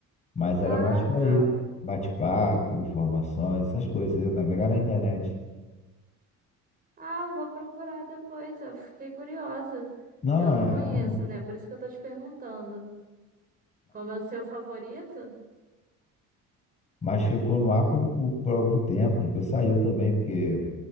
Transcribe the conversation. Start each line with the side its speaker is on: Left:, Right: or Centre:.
Left: Mas era
Right: ah,
Left: mais pra
Right: tá.
Left: isso. Bate-papo, informações, essas coisas, entendeu? Navegar na internet.
Right: Ah, eu vou procurar depois. Eu fiquei curiosa.
Left: Não,
Right: Eu não
Left: é.
Right: conheço,
Left: é um-
Right: né? Por isso que eu tô te perguntando. Como é o seu favorito?
Left: Mas ficou no ar por, por, por algum tempo, depois saiu também, porque